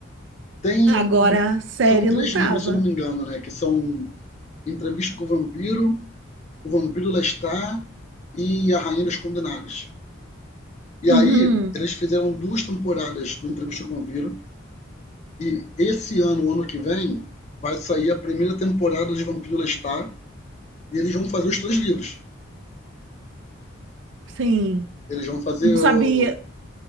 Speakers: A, on the left; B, on the right.
A: Tem.
B: Agora, série
A: São três
B: não tava.
A: livros, se eu não me engano, né? Que são Entrevista com o Vampiro, O Vampiro Lestat e A Rainha dos Condenados. E
B: Uhum,
A: aí, eles fizeram duas temporadas do Entrevista com o Vampiro. E esse ano, ano que vem, vai sair a primeira temporada de Vampiro Lestat. E eles vão fazer os três livros.
B: sim.
A: Eles vão fazer
B: Não
A: o...
B: sabia.